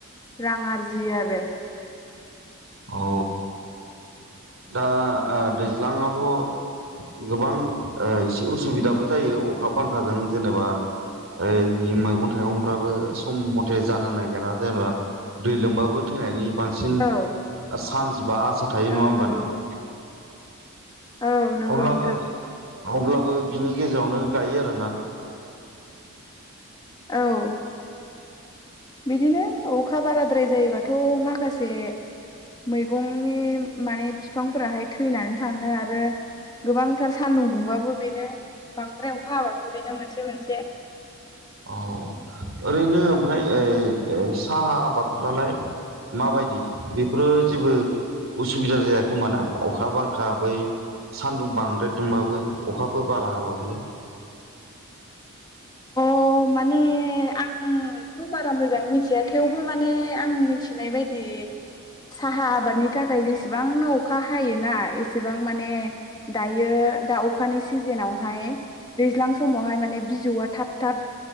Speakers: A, on the left (about 20°); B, on the right (about 70°).
A: रां आरजियो आरो
B: औ दा दैज्लांआवथ' गोबां एसे उसुबिदाबो जायो अखा बांखाजों जेनेबा ओइ मैगं थाइगंफ्राबो सम मथे जानो नागिरा जेनेबा दै लोमबाबो थैनायनि बांसिन
A: औ
B: चान्स बा आसा थायो नङा
A: औ
B: होमबा
A: नंगौ
B: नोंथां
A: औ नंगौ
B: अब्लाबो
A: नोंथां
B: अब्लाबो बिनि गेजेरावनो गायो आरोना
A: औ बिदिनो अखा बाराद्राय जायोबाथ' माखासे मैगंनि माने बिफांफोराहाय थैनानै थाङो आरो गोबांथार सान्दुं दुंबाबो बेनो बांद्राय अखा हाबाबो बेनो मोनसे मोनसे
B: औ ओरैनो ओमफ्रायओ साहा आबादफ्रालाय माबायदि बेफोरो जेबो उसुबिदा जाया खोमाना अखा बांखा बै सान्दुं बां ओमफ्राय दुंबाबो अखाफोर बारा हाबाबलै
A: ओ माने आं थ' बारा मोजां मिथिया थेवबो माने आं मिथिनाय बायदि साहा आबादनि थाखाय जेसेबांनो अखा हायोना एसेबां माने दायो दा अखानि सिजनावहाय दैज्लां समावहाय माने बिजौआ थाब थाब